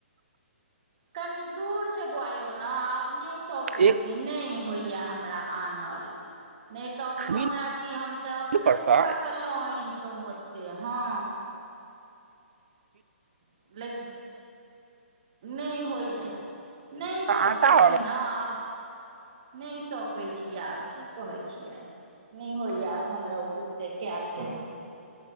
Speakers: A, on the right; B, on the right.
A: कनी दूर छै बौवा यौ न आब नहि सकै
B: एक
A: छी नहि होइये हमरा आनल। नै तऽ हमरा
B: मिल
A: कि हम त अपने
B: पर
A: उठा
B: तऽ
A: के लऽ ऐनतौ ओते हँ। <inaudible> नहि होइये नहि सकै
B: आटा आओर
A: छी ने आब। नहि सकै छी आब की कहै छियै नहि होइये आब हमरो बुते से केएल।